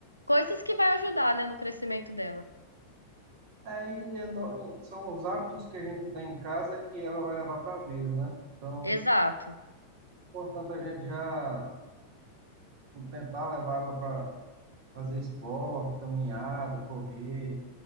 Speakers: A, on the left; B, on the right.
A: Coisas que vai ajudar, né, no crescimento dela.
B: Aí é no- são os hábitos que a gente tem em casa que ela vai levar para a vida, né? Então,
A: Exato.
B: portanto, a gente já tentar levar ela para fazer esporte, caminhada, correr,